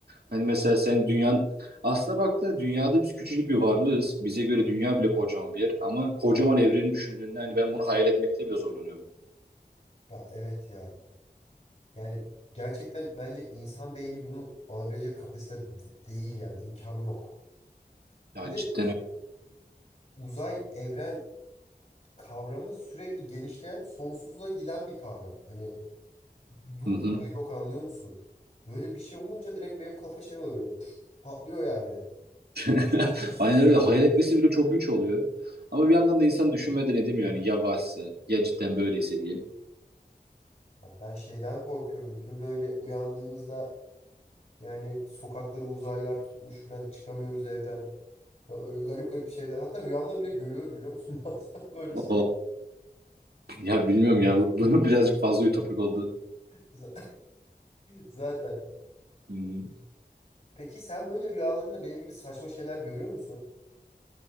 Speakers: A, on the right; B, on the left.
A: Hani mesela sen dünyanın aslına baktığında dünyada biz küçücük bir varlığız. Bize göre dünya bile kocaman bir yer ama kocaman evreni düşündüğünde hani ben bunu hayal etmekte bile zorlanıyorum.
B: Ya evet ya. Yani gerçekten bence insan beyni bunu alabilecek kapasite de- değil yani imkanı yok.
A: Ya
B: Bir de
A: cidden
B: uzay evren kavramı sürekli genişleyen, sonsuzluğa giden bir kavram. Hani dur
A: Hı hı.
B: durağı yok anlıyor musun? Böyle bir şey olunca direkt benim kafa şey oluyor. püf, patlıyor yani.
A: <laughs> Aynen öyle. Hayal etmesi bile çok güç oluyor. Ama bir yandan da insan düşünmeden edemiyor yani ya varsa ya cidden böyleyse diye.
B: Ya Ben şeyden korkuyorum. Bir gün böyle uyandığımızda yani sokakları uzaylılar tutmuş falan çıkamıyoruz evden. Falan öyle garip garip şeyler. Hatta rüyamda bile görüyorum biliyor musun? <laughs> Bazen böyle şeyler.
A: O ya bilmiyorum ya bu, bu <laughs> birazcık fazla ütopik oldu.
B: Z- <laughs> Zaten.
A: Hı hı.
B: Peki sen böyle rüyalarında benim gibi saçma şeyler görüyor musun?